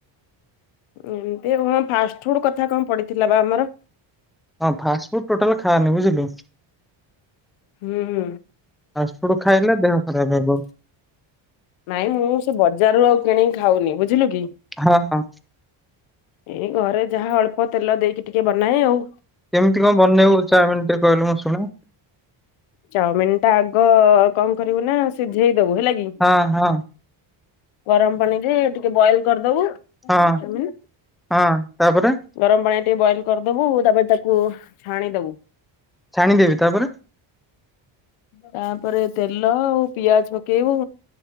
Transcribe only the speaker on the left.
ଏମତି ଆଉ ହଁ, ଫାଷ୍ଟ ଫୁଡ୍ କଥା କଣ ପଡିଥିଲା ବା ଆମର?
ହୁଁ।
ନାଇଁ, ମୁଁ ସେ ବଜାରରୁ ଆଉ କିଣିକି ଖାଉନି। ବୁଝିଲୁ କି?
ଏଇ ଘରେ ଯାହା ଅଳ୍ପ ତେଲ ଦେଇକି ଟିକେ ବନାଏ ଆଉ।
ଚାଉମିିନି ଟା ଆଗ କଣ କରିବୁ ନା ସିଝେଇ ଦବୁ ହେଲା କି।
ଗରମ ପାଣିରେ ଟିକେ ବଏଲ କରିଦବୁ।
ଚାଉମିନ।
ଗରମ ପାଣି ଟିକେ ବଏଲ କରିଦବୁ ତାପରେ ତାକୁ ଛାଣିଦବୁ।
ତାପରେ ତେଲ ଆଉ ପିଆଜ ପକେଇବୁ।